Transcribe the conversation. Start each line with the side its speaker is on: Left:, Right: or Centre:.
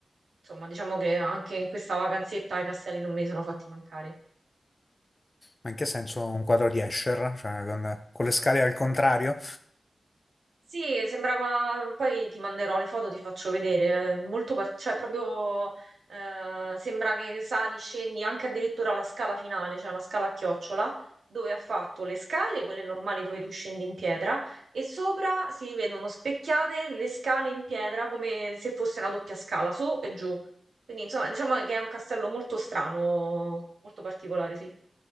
Right: insomma, diciamo che anche in questa vacanzetta i castelli non me li sono fatti mancare.
Left: Ma in che senso un quadro di Escher? Cioè con, con le scale al contrario?
Right: Sì, sembrava, poi ti manderò le foto, ti faccio vedere, è molto per... cioè proprio eh, sembra che sali, scendi anche addirittura la scala finale, cioè una scala a chiocciola, dove ha fatto le scale, quelle normali dove tu scendi in pietra, e sopra si vedono specchiate le scale in pietra come se fosse una doppia scala, su e giù. Quindi insomma diciamo che è un castello molto strano, molto particolare, sì.